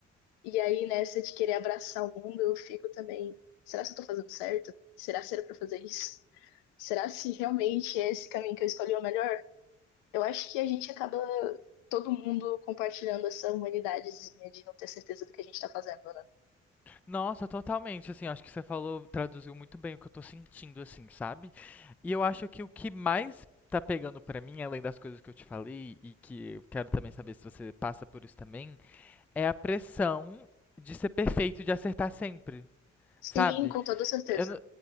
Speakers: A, on the left; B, in the centre.
A: E aí, nessa de querer abraçar o mundo, eu fico também, será se eu tô fazendo certo? Será que era pra fazer isso? Será se realmente é esse caminho que eu escolhi é o melhor? Eu acho que a gente acaba todo mundo compartilhando essa humanidadezinha de não ter certeza do que a gente tá fazendo, né?
B: Nossa, totalmente, assim, acho que você falou, traduziu muito bem o que eu tô sentindo, assim, sabe? E eu acho que o que mais tá pegando pra mim, além das coisas que eu te falei, e que eu quero também saber se você passa por isso também, é a pressão de ser perfeito, e de acertar sempre.
A: Sim,
B: Sabe?
A: com toda certeza.
B: Eu não,